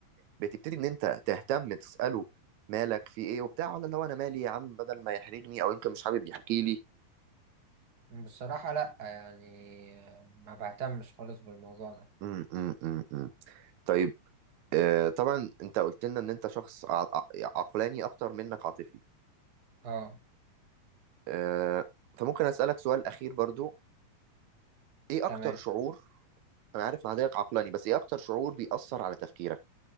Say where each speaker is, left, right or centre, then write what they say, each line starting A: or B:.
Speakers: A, on the right (about 70°); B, on the right (about 45°).
A: بتبتدي ان انت تهتم تساله مالك في ايه وبتاع ولا اللي هو انا مالي يا عم بدل ما يحرجني او يمكن مش حابب يحكي لي
B: بصراحة لا يعني آه، ما بهتمش خالص بالموضوع ده
A: م- م- م- م. طيب آه طبعا انت قلت لنا ان انت شخص ع- ع- عقلاني اكتر منك عاطفي
B: اه
A: آه فممكن اسالك سؤال اخير برضو ايه اكتر
B: تمام
A: شعور انا عارف ان حضرتك عقلاني بس ايه اكتر شعور بيأثر على تفكيرك